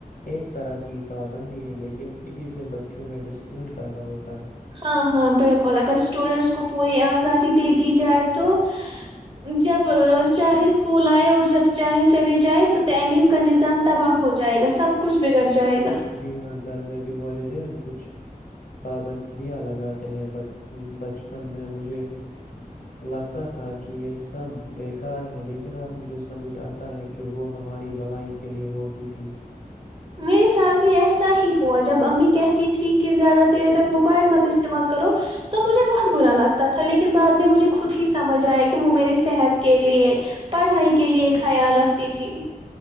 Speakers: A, on the left; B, on the right.
A: ایک طرح کی پابندی ہے لیکن اسی سے بچوں میں ڈسپلن پیدا ہوتا ہے
B: ہاں ہاں بالکل اگر اسٹوڈینٹس کو پوری آزادی دے دی جائے تو جب چاہے اسکول آئے اور جب چاہے چلے جائے تو تعلیم کا نظام تباہ ہو جائے گا سب کچھ بگڑ جائے گا
A: جی ہاں گھر میں بھی والدین کچھ پابندیاں لگاتے ہیں بچپن میں مجھے لگتا تھا کہ یہ سب بیکار ہے لیکن اب مجھے سمجھ آتا ہے کہ وہ ہماری بلائی کے لیے ہوتی تھی
B: میرے ساتھ بھی ایسا ہی ہوا جب امی کہتی تھی کہ زیادہ دیر تک موبائل مت استعمال کرو تو مجھے بہت برا لگتا تھا لیکن بعد میں مجھے خود ہی سمجھ آیا کہ وہ میرے صحت کے لئے پڑھائی کے لئے خیال رکھتی تھی